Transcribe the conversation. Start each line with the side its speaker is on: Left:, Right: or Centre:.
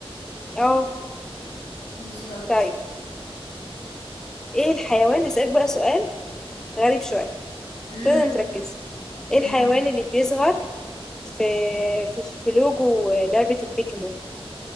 Centre: اه
Left: بالظبط
Centre: طيب ايه الحيوان هسألك بقى سؤال غريب شوية
Left: مم،
Centre: لازم تركزي ايه
Left: مم،
Centre: الحيوان اللي بيظهر في في, في لوجو لعبة البيكمون